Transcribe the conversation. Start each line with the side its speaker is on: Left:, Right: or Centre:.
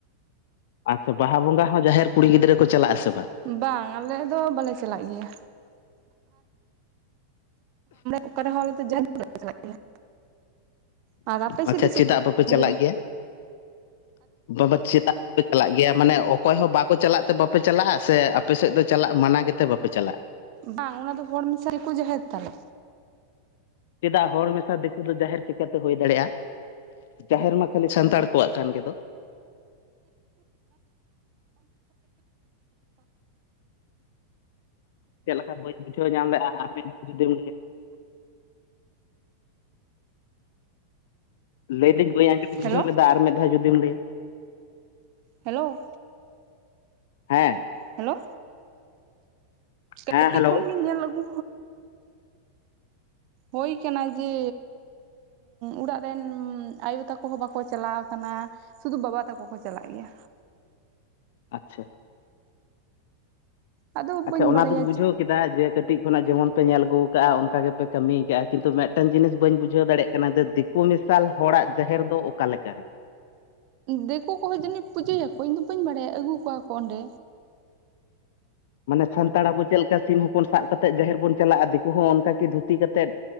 Left: ᱟᱪᱪᱷᱟ ᱵᱟᱦᱟ ᱵᱚᱸᱜᱟ ᱦᱚᱸ ᱡᱟᱦᱮᱨ ᱠᱩᱲᱤ ᱜᱤᱫᱽᱨᱟᱹ ᱠᱚ ᱪᱟᱞᱟᱜᱼᱟ ᱥᱮ ᱵᱟ?
Right: ᱵᱟᱝ ᱟᱞᱮ ᱫᱚ ᱵᱟᱞᱮ ᱪᱟᱞᱟᱜ ᱜᱮᱭᱟ ᱚᱠᱟᱨᱮ ᱦᱚᱲ ᱫᱚ <unintelligible> ᱟᱨ ᱟᱯᱮ ᱥᱮᱫ
Left: ᱟᱪᱪᱷᱟ
Right: ᱫᱚ ᱪᱮᱫ
Left: ᱪᱮᱫᱟᱜ
Right: ᱠᱚ
Left: ᱟᱯᱮᱯᱮ
Right: ᱟᱫᱚ
Left: ᱪᱟᱞᱟᱜ ᱜᱮᱭᱟ? ᱵᱟᱵᱟ ᱪᱮᱫ ᱯᱮ ᱪᱟᱞᱟᱜ ᱜᱮᱭᱟ? ᱢᱟᱱᱮ ᱚᱠᱚᱭ ᱦᱚᱸ ᱵᱟᱠᱚ ᱪᱟᱞᱟᱜ ᱛᱮ ᱵᱟᱯᱮ ᱪᱟᱞᱟᱜᱼᱟ ᱥᱮ ᱟᱯᱮ ᱥᱮᱫ ᱫᱚ ᱪᱟᱞᱟᱜ ᱢᱟᱱᱟ ᱜᱮᱛᱮ ᱵᱟᱯᱮ ᱪᱟᱞᱟᱜᱼᱟ?
Right: ᱵᱟᱝ ᱚᱱᱟ ᱫᱚ ᱦᱚᱲ ᱢᱮᱥᱟ ᱫᱤᱠᱩ ᱠᱚ ᱡᱟᱦᱮᱨ ᱛᱟᱞᱮ
Left: ᱪᱮᱫᱟᱜ ᱦᱚᱲ ᱢᱮᱥᱟ ᱫᱤᱠᱩ ᱫᱚ ᱡᱟᱦᱮᱨ ᱪᱤᱠᱟᱹᱛᱮ ᱦᱩᱭ ᱫᱟᱲᱮᱭᱟᱜᱼᱟ? ᱡᱟᱦᱮᱨ ᱢᱟ ᱠᱷᱟᱹᱞᱤ ᱥᱟᱱᱛᱟᱲ ᱠᱚᱣᱟᱜ ᱠᱟᱱ ᱜᱮᱫᱚ ᱪᱮᱫ ᱞᱮᱠᱟ ᱵᱟᱹᱧ ᱵᱩᱡᱷᱟᱹᱣ ᱧᱟᱢ ᱞᱮᱜᱼᱟ ᱟᱨ ᱢᱤᱫ ᱫᱷᱟᱣ ᱡᱩᱫᱤᱢ ᱞᱟᱹᱭᱟ ᱞᱟᱹᱭ ᱫᱟᱹᱧ ᱵᱟᱹᱧ ᱟᱸᱚᱢ ᱵᱡᱟᱹᱣ
Right: ᱦᱮᱞᱳ
Left: ᱞᱮᱫᱟ ᱟᱨ ᱢᱤᱫ ᱫᱷᱟᱣ ᱡᱩᱤᱢ ᱞᱟᱹᱭᱟ
Right: ᱦᱮᱞᱳ
Left: ᱦᱮᱸ
Right: ᱦᱮᱞᱳ
Left: ᱦᱮᱸ
Right: ᱠᱟᱹᱴᱤᱡ
Left: ᱦᱮᱞᱳ
Right: ᱠᱷᱚᱱ ᱜᱮᱧ ᱧᱮᱞ ᱟᱹᱜᱩ ᱦᱳᱭ ᱠᱟᱱᱟ ᱡᱮ ᱚᱲᱟᱜ ᱨᱮᱱ ᱟᱭᱳ ᱛᱟᱠᱚ ᱦᱚᱸ ᱵᱟᱠᱚ ᱪᱟᱞᱟᱣ ᱠᱟᱱᱟ ᱥᱩᱫᱷᱩ ᱵᱟᱵᱟ ᱛᱟᱠᱚ ᱠᱚ ᱪᱟᱞᱟᱜ ᱜᱮᱭᱟ
Left: ᱟᱪᱪᱷᱟ
Right: ᱟᱫᱚ
Left: ᱟᱪᱪᱷᱟ
Right: ᱵᱟᱹᱧ
Left: ᱚᱱᱟ
Right: ᱵᱟᱲᱟᱭᱟ
Left: ᱫᱩᱧ ᱵᱩᱡᱷᱟᱹᱣ ᱠᱮᱫᱟ ᱡᱮ ᱠᱟᱹᱴᱤᱡ ᱠᱷᱚᱱᱟᱜ ᱡᱮᱢᱚᱱ ᱯᱮ ᱧᱮᱞ ᱟᱹᱜᱩ ᱠᱟᱜᱼᱟ ᱚᱱᱠᱟ ᱜᱮᱯᱮ ᱠᱟᱹᱢᱤ ᱠᱟᱜᱼᱟ ᱠᱤᱱᱛᱩ ᱢᱤᱫᱴᱟᱝ ᱡᱤᱱᱤᱥ ᱵᱟᱹᱧ ᱵᱩᱡᱷᱟᱹᱣ ᱫᱟᱲᱮᱜ ᱠᱟᱱᱟ ᱡᱮ ᱫᱤᱠᱩ ᱢᱮᱤᱥᱟᱞ ᱦᱚᱲᱼᱟᱜ ᱡᱟᱦᱮᱨ ᱫᱚ ᱚᱠᱟ ᱞᱮᱠᱟ ᱨᱮ
Right: ᱫᱤᱠᱩ ᱠᱚᱦᱚᱸ ᱡᱟᱹᱱᱤᱡ ᱯᱩᱡᱟᱹᱭ ᱟᱠᱚ ᱤᱧ ᱫᱚ ᱵᱟᱹᱧ ᱵᱟᱲᱟᱭᱼ ᱟ ᱟᱹᱜᱩ ᱠᱚᱣᱟ ᱠᱚ ᱚᱸᱰᱮ
Left: ᱢᱟᱱᱮ ᱥᱟᱱᱛᱟᱲ ᱟᱵᱚ ᱪᱮᱫ ᱥᱤᱢ ᱦᱚᱯᱚᱱ ᱥᱟᱵ ᱠᱟᱛᱮᱜ ᱡᱟᱦᱮᱨ ᱵᱚᱱ ᱪᱟᱞᱟᱜᱼᱟ ᱫᱤᱠᱩ ᱦᱚᱸ ᱚᱱᱠᱟ ᱠᱤ ᱫᱷᱩᱛᱤ ᱠᱟᱛᱮᱫ